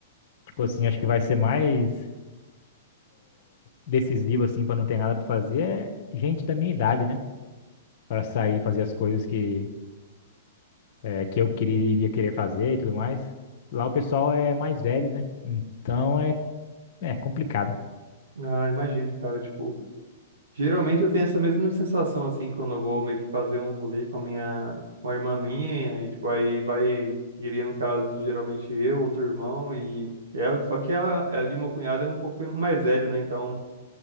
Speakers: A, on the left (about 50°); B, on the right (about 70°).
A: tipo assim, acho que vai ser mais decisivo, assim, pra não ter nada pra fazer, é gente da minha idade, né, Pra sair e fazer as coisas que, é, que eu queria, iria querer fazer e tudo mais. Lá o pessoal é mais velho, né, então é, é complicado,
B: Ah, imagino, cara, tipo. Geralmente eu tenho essa mesma sensação, assim, quando eu vou meio que fazer um rolê com a minha, com a irmã minha, e tipo, aí vai, iria no caso, geralmente eu, outro irmão e ela, só que ela, ela e meu cunhado é um pouco mais velho, né? Então